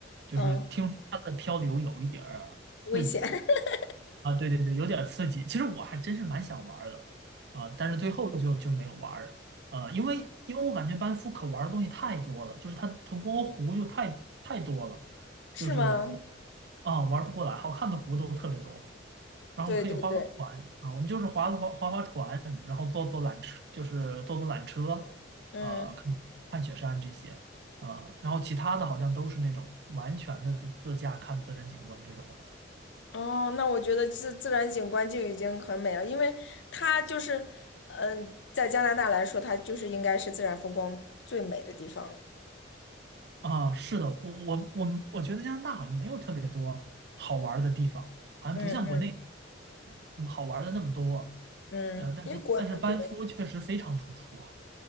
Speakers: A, on the right (about 55°); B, on the left (about 70°).
A: 就是听说它的漂流有一点儿刺激。
B: 嗯，危险 <laughs>
A: 啊，对对对，有点刺激。其实我还真是蛮想玩儿的，啊、但是最后就就没有玩儿，呃，因为因为我感觉班夫可玩儿的东西太多了，就是它它光湖就太太多了，
B: 是吗？
A: 就是啊、玩儿不过来，好看的湖都特别多，然后可以划划船啊，
B: 对对对，
A: 我们就是划划划划船，然后坐坐缆车，就是坐坐缆车，
B: 嗯。
A: 呃，看看雪山这些，呃，然后其他的好像都是那种完全的自自驾看自然景观这种。
B: 哦，那我觉得自自然景观就已经很美了，因为它就是，嗯、在加拿大来说，它就是应该是自然风光最美的地方了
A: 啊，是的，我我我我觉得加拿大好像没有特别多好玩儿的地方，好像不像国内
B: 嗯嗯
A: 嗯好玩儿的那么多。
B: 嗯，
A: 呃，但是但是班夫确实非常突出
B: 因为国，对。